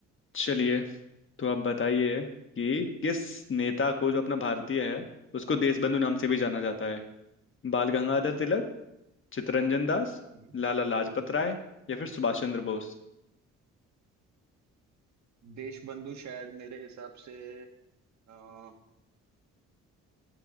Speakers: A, on the left; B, on the right.
A: चलिए तो आप बताइए कि किस नेता को जो अपना भारतीय है उसको देशबंधु नाम से भी जाना
B: हम्म,
A: जाता है बाल गंगाधर तिलक चित्तरंजन दास
B: हम्म।
A: लाला लाजपत राय या फिर सुभाष चंद्र बोस
B: देशबंधु शायद मेरे हिसाब से अ, अ,